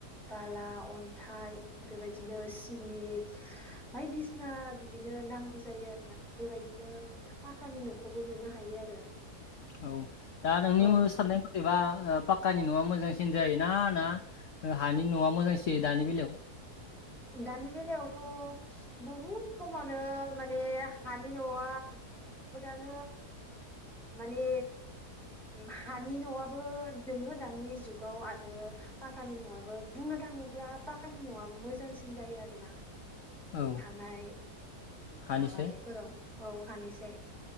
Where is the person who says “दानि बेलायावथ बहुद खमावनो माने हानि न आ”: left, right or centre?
Centre